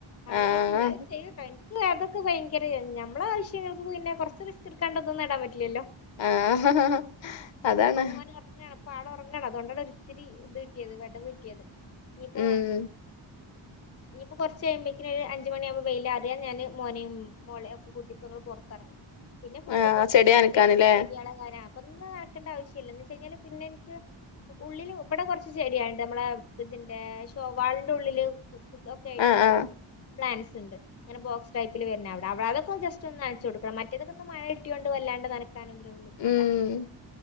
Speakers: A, on the left (about 35°); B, on the left (about 70°).
A: അവനിം
B: ആഹ്
A: വെച്ച് ഇന്നാലും ചെയ്യൂട്ടോ ഇൻക്കില്ല്യ അതൊക്കെ ഭയങ്കര നമ്മളെ ആവശ്യങ്ങൾക്ക് പിന്നെ കൊറച്ച് റിസ്ക് എടുക്കാണ്ടൊന്നും നേടാൻ പറ്റില്ലല്ലോ
B: ആഹ് അതാണ്
A: ഇപ്പൊ മോന് ഒറങ്ങാണ് ഇപ്പാള് ഒറങ്ങാണ് അത്കൊണ്ടാണ് ഒരിത്തിരി ഇത് കിട്ടിയത് വെഡവ് കിട്ടിയത് ഇഞ്ഞ്പ്പൊ
B: ഉം
A: ഇഞ്ഞ്പ്പോ കൊറച്ച് കഴിയുമ്പോക്കിന് ഒരു അഞ്ച് മണിയാവുമ്പോ വെയിലാറിയ ഞാന് മോനെയും മോളെയും ഒക്കെ കൂട്ടി ഇപ്പൊ ഞങ്ങള് പൊറത്തിറങ്ങും പിന്നെ ഫുള്ള്
B: ആഹ്
A: പൊറത്തെ
B: നനക്കാന്ല്ലേ
A: ചെടി ചെടിയാളെ കാര്യ അപ്പൊ ഇന്ന് നനക്കേണ്ട ആവിശ്യല്ല എന്ന് വെച്ച കഴിഞ്ഞാല് പിന്നെ ഇൻക്ക് ഉള്ളില് ഇവടെ കൊറച്ച് ചെടിയാള്ണ്ട് നമ്മളെ ഇതിന്റെ ശൊ വാളിന്റെ ഉള്ളില് <unintelligible> ഒക്കെ ആയിട്ട്
B: ആഹ് ആഹ്
A: കൊറച്ച് പ്ലാൻസ്ണ്ട് ഇങ്ങന ബോക്സ് ടൈപ്പിൽ വരുന്ന അവിടെ അവിടെതൊക്കെ ജസ്റ്റ്‌ ഒന്ന് നനച്ച് കൊടുക്കണം മറ്റേതൊക്കെ ഒ മഴ കിട്ടിയൊണ്ട് വല്ലാണ്ട് നന ക്കാനൊന്ന് <unintelligible> നിൽക്കണ്ട
B: ഉം